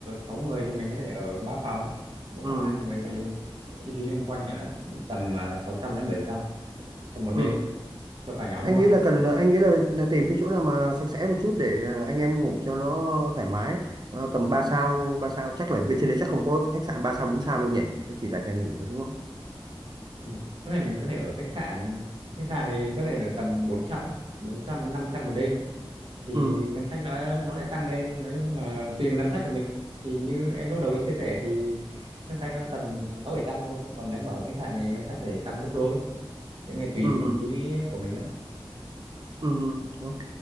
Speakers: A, on the right (about 65°); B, on the right (about 50°).
A: sáu người thì mình có thể ở ba phòng mỗi
B: ừ,
A: phòng hai người thì chi phí loanh quanh đã tầm à, sáu trăm đến bảy trăm cho một đêm
B: ừ.
A: cho cả nhóm
B: anh
A: luôn
B: nghĩ là cần anh nghĩ là, là tìm cái chỗ nào mà sạch sẽ một chút để à, anh em ngủ cho nó thoải mái Ờ, tầm ba sao ba sao chắc là bên trên đấy chắc không có khách sạn 3 sao 4 sao đâu nhỉ Đấy chỉ là nhà nghỉ thôi đúng không
A: ừ. có thể mình có thể ở khách sạn khách sạn thì có thể là tầm bốn trăm bốn trăm đến năm trăm một đêm thì
B: ừ,
A: ngân sách nó nó sẽ tăng lên nói chung là tùy vào ngân sách của mình thì như em lúc đầu em chia sẻ thì ngân sách nó tầm sáu bảy trăm thôi còn nếu mà ở khách sạn thì ngân sách có thể tăng gấp đôi thế mà tùy
B: ừ,
A: về chi phí của mình nữa
B: ừ, ok